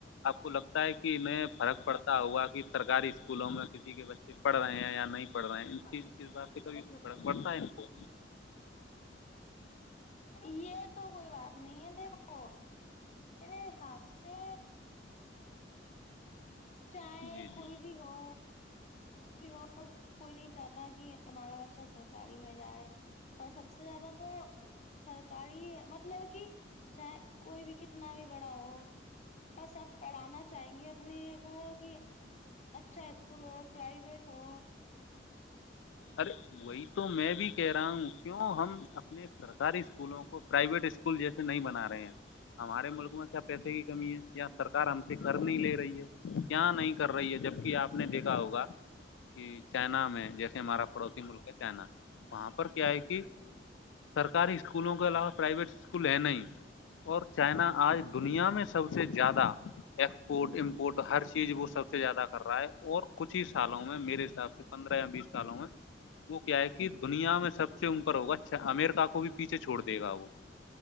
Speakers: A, on the left (about 80°); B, on the left (about 35°).
A: آپ کو لگتا ہے کہہ میں فرق پڑتا ہوا کہ سرکاری اسکولوں میں کسی کے بچے پڑھ رہے ہیں یا نہیں پڑھ رہے ہیں چیز
B: ہوں
A: اس بات سے کبھی پڑتا ہے ان کو
B: یہ تو کوئی بات نہیں ہے دیکھو حساب سے چاہے
A: جی جی
B: کوئی بھی ہو بھی ہو کوئی نہیں چاہتا کہ ہمارا بچہ سرکاری میں جائے اور سب سے زیادہ تو سرکاری مطلب کہ چاہے کوئی بھی کتنا بھی بڑا ہو بس آب پڑھانا چاہیں گے اپنے کو کہ اچھا اسکول ہو پرائیویٹ ہو
A: ارے وہی تو میں بھی کہہ رہا ہوں کیوں ہم اپنے سرکاری اسکولوں کو پرائیویٹ اسکول جیسے نہیں بنا رہے ہیں ہمارے ملک میں اچھ پیسے کی کمی ہے یا سرکار ہم سے کر نہیں لے رہی ہے کیا نہیں کر رہی ہے جبکہ آپ نے دیکھا ہوگا کہ چائنا میں جیسے ہمارا پڑوسی ملک کا چائنا وہاں پر کیا ہے کہ سرکاری اسکولوں کے علاوہ پرائیویٹ اسکول ہیں نہیں اور چائنا آج دنیا میں سب سے زیادہ ایکسپورٹ ہر چیز وہ سب سے زیادہ کر رہا ہے اور کچھ ہی سالوں میں میرے حساب سے پندرہ یا بیس سالو میں وہ کیا ہے کہ دنیا میں سب سے اپر ہوگا امرکا کو بھی پیچھے چھوڑ دے گا وہ